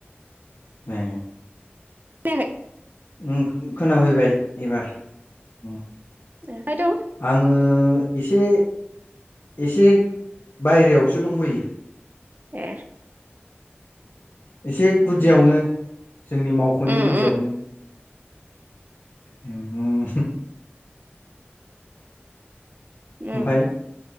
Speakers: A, on the left; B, on the right.
A: ए
B: खोनायाखै
A: उम खोनाफैबाय एबार उम
B: ए फाय दं
A: आङो एसे एसे बायरायावसो दंफैयो
B: ए
A: एसे गुदियावनो
B: उम
A: जोंनि मावख'नि
B: उम
A: गुदियावनो उम
B: उ
A: ओमफाय